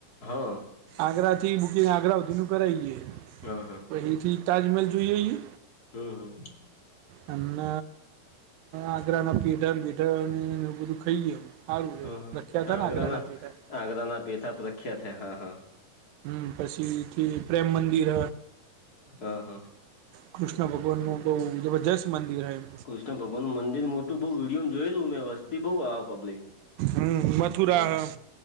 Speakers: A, on the left; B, on the right.
A: હા હા
B: આગ્રા થી બુકિંગ આગ્રા હુધીનું કરાઈ જઈએ.
A: હ હ.
B: તહીંથી તાજમહેલ જોઈ આઇએ?
A: હમ હમ
B: અ... ન... મેં આગ્રામા પિથર બિથર ને એ બધું ખઈ ગયો. હારુ થયું.
A: હા હા
B: પ્રખ્યાતા
A: આગરાના
B: છે, ને, આગ્રના પેઠાં.
A: આગરાના પેથા પ્રખ્યાત હે. હા હા.
B: હમ.. પછીથી પ્રેમ મંદિર
A: હા હા
B: કૃષ્ણ ભગવાન નું તો જબરજસ્ત મંદિર હાય.
A: ત્યાં ભગવાનું મંદિર મોટું બહુ વિડીયોમ જોયલું, મેં બસ. તી બહું આવે પબ્લિક.
B: હમ મથુરા
A: હમ...
B: હ